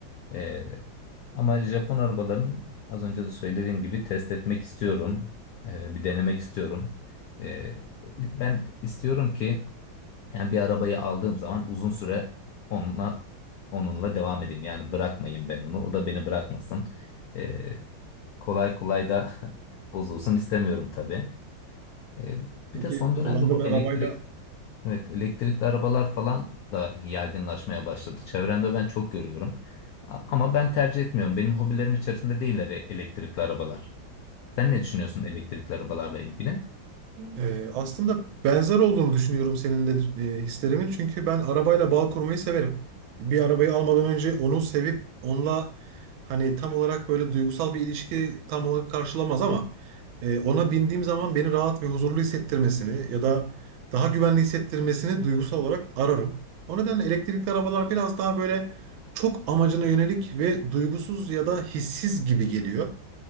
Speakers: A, on the left; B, on the right.
A: Ee, ama Japon arabaların az önce de söylediğim gibi test etmek istiyorum. Ee, bir denemek istiyorum. Ee, ben istiyorum ki yani bir arabayı aldığım zaman uzun süre onunla onunla devam edeyim. Yani bırakmayayım ben onu. O da beni bırakmasın. Ee, kolay kolay da <laughs> bozulsun istemiyorum tabii. Ee,
B: Çünkü
A: bir de son dönemde
B: kullandığın
A: bu
B: arabayla
A: elektrikli Evet, elektrikli arabalar falan da yaygınlaşmaya başladı. Çevremde ben çok görüyorum. A- Ama ben tercih etmiyorum. Benim hobilerim içerisinde değiller e- elektrikli arabalar. Sen ne düşünüyorsun elektrikli arabalarla ilgili?
B: Ee, aslında benzer olduğunu düşünüyorum senin de e, hislerimin. Çünkü ben arabayla bağ kurmayı severim. Bir arabayı almadan önce onu sevip onunla hani tam olarak böyle duygusal bir ilişki tam olarak karşılamaz ama e, ona bindiğim zaman beni rahat ve huzurlu hissettirmesini ya da daha güvenli hissettirmesini duygusal olarak ararım. O nedenle elektrikli arabalar biraz daha böyle çok amacına yönelik ve duygusuz ya da hissiz gibi geliyor